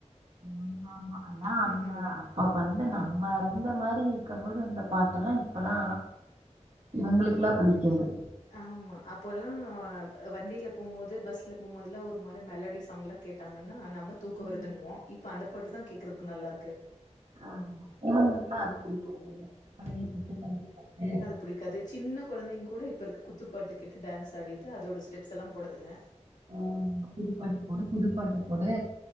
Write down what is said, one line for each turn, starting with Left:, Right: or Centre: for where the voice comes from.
Right: ஆமா ஆமா அதா அண்ணா
Left: ம் ம்
Right: அப்ப வந்து நம்ம இருந்த மாரி இருக்கும் போது வந்த பாட்டெல்லா இப்பல்லா இவுங்களுக்குல்லா பிடிக்காது
Left: ஆமா அப்போல்லா வண்டியில போம்போது பஸ்ல போம்போதுலா ஒரு மாரி மெலடி சாங்ல கேட்டாங்கன்னா நம்ம தூக்க
Right: ம்
Left: வருதுன்னுவோ இப்ப அந்த பாட்டுதா கேக்குறதுக்கு நல்லாருக்கு
Right: ஆமா பெரியவுங்களுக்குலா அது பிடிக்கு பழைய பாட்டு பழைய பாட்டு
Left: பிடிக்காது சின்ன குழந்தைங்க கூட இப்போ இருக்க குத்துப்பாட்டு கேட்டு டான்ஸ் ஆடிது அதோட ஸ்டெப்ஸ்செல்லா போடுதுங்க
Right: ஆ புது பாட்டு போடு புது பாட்டு போடு